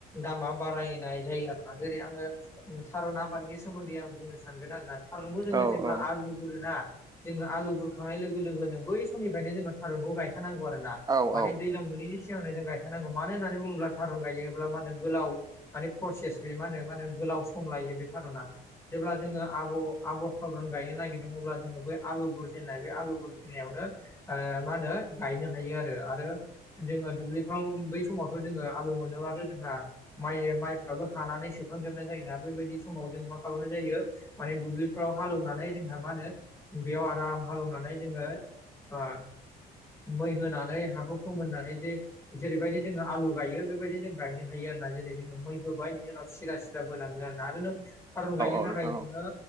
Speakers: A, on the left; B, on the right.
A: दामा बारायनाय जायो आरोना जेरै आङो थारुन आबादनि सोमोन्दै आं बुंनो सानगोन आरोना थारनखौ जोङो
B: औ
A: जेब्ला
B: औ
A: आलु गुरोना जोङो आलु बुरखांनाय लोगो लोगोनो बै समनिफ्रायनो जोङो थारुनखौ गायखानांगौ आरो ना
B: औ
A: माने
B: औ
A: दैज्लां मोनैनि सिगां जों गायखानांगौ मानो होननानै बुङोब्ला थारुन गायोब्ला मा होनो गोलाव माने प्रसेस बे मा होनो मा होनो गोलाव सम लायो बे थारुना जेब्ला जोङो आब' आबर थावरन गायनो नागिरदों अब्ला जोङो बै आलु बुरजेननाय बे आलु बुर होनायावनो मा होनो गायनो हायो आरो आरो जोङो दुब्लिफ्राव बै समावथ' जोङो आलु मोनोबाथ' जोंहा माइ माइफ्राबो हानानै सोखांजोबनाय जायोना बेबायदि समाव जों मा खालामनाय जायो माने दुब्लिफोराव हाल एवनानै जोंहा मा होनो बेयाव आराम हालौवनानै जोङो आ मै होनानै हाखौ फोमोननानै जे जेरैबायदि जोङो आलु गायो बेबायदि जों गायनो हायो आरोना जेरै जोङो मैख होबाय बिनि उनाव सिदा सिदा बोनांगोन आरोना आरो नों थारुन गायनो
B: औ
A: थाखाय
B: नोंथां
A: नोङो
B: औ